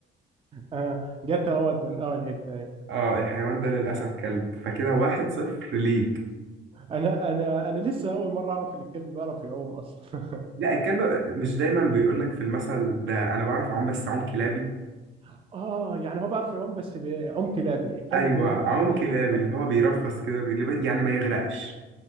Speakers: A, on the right (about 30°); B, on the right (about 70°).
A: آه، جت اهوت من اول حته اهي
B: اه الحيوان ده للاسف كلب فكده واحد صفر ليك
A: انا انا انا لسه اول مره اعرف ان الكلب بيعرف يعوم اصلا
B: لا الكلب مش دايما بيقول لك في المثل ده انا بعرف اعوم بس اعوم كلابي
A: <laughs> اه يعني هو بيعرف يعوم بس بيعوم كلابي الكلب
B: ايوه
A: بيعوم
B: اعوم
A: يعوم كلابي
B: كلابي
A: <laughs>
B: اللي هو بيرفس كده برجليه يعني ما يغرقش